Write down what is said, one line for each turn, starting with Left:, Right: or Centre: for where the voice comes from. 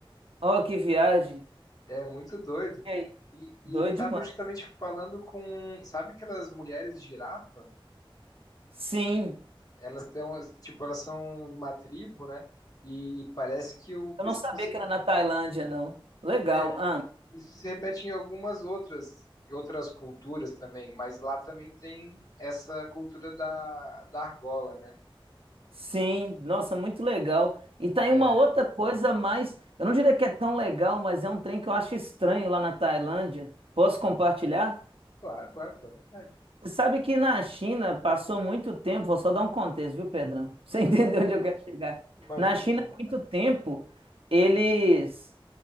Right: Ó, que viagem.
Left: É muito doido.
Right: E aí?
Left: E,
Right: Doido
Left: e ele tava
Right: demais.
Left: justamente falando com, sabe aquelas mulheres girafa?
Right: Sim,
Left: Elas têm, um- tipo, elas são de uma tribo, né? E parece que o pescoço
Right: eu não sabia que era na Tailândia, não. Legal.
Left: é
Right: Ah,
Left: Isso se repete em algumas outras outras culturas também, mas lá também tem essa cultura da, da argola, né?
Right: sim, nossa, muito legal. E tá aí
Left: É,
Right: uma outra coisa mais. Eu não diria que é tão legal, mas é um trem que eu acho estranho lá na Tailândia. Posso compartilhar?
Left: claro, claro, fica à vontade.
Right: Você sabe que na China passou muito tempo, vou só dar um contexto, viu, Pedrão? <laughs> Pra Você entendeu
Left: Claro,
Right: <laughs> onde eu quero chegar?
Left: imagino,
Right: Na China,
Left: fica à
Right: há
Left: vontade.
Right: muito tempo, eles